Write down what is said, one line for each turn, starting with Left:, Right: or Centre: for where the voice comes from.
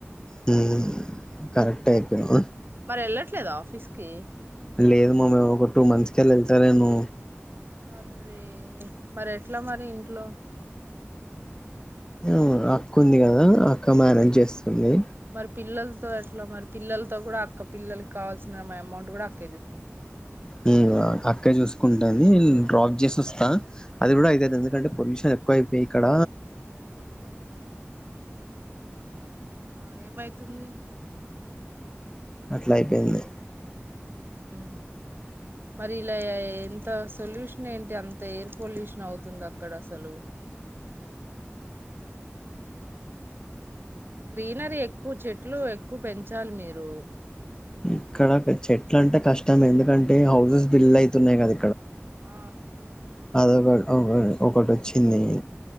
Left: హ్మ్ కరెక్టే చెప్పినావ్
Right: మరి వెళ్ళట్లేదా ఆఫీస్ కి
Left: లేదు మా ఒక టూ మంత్స్ కెళ్ళి వెళ్తలేను
Right: అర్రే మరి ఎట్లా మరి ఇ ట్లో
Left: మ్ అక్క ఉంది కదా అక్క మేనేజ్ చేస్ ది
Right: మరి పిల్లలతో ఎట్లా మరి పిల్లలతో కూడా అక్క పిల్లలకి కావాల్సిన అమౌంట్ కూడా అక్
Left: ఉమ్ అక్కే చూసుకుంట్ దాన్ని డ్రాప్ జేసొస్తా అది
Right: ఆ
Left: కూడా <unintelligible> ఎందుకంటే పొల్యూష్ ఎక్కువైపోయిక్కడ
Right: ఆ ఏమైతుంది
Left: అట్ల అయ్ పోయింది
Right: ఉమ్ మరి ఇలా ఎంత సొల్యూషన్ ఏంటి అంత ఎయిర్ పొల్యూషన్ అవుతుంది అక్కడ అసలు గ్రీనరీ ఎక్కువ చెట్ ట్లు ఎక్కువ పెంచాలి మీరు
Left: ఇక్కడ పె-చెట్లంటే కష్టం ఎందుకంటే హౌజెస్ బిల్డ్ అయితున్నాయి కద
Right: ఆ
Left: ఆధార్ కార్డ్ ఆ వే ఒకటొచ్చింది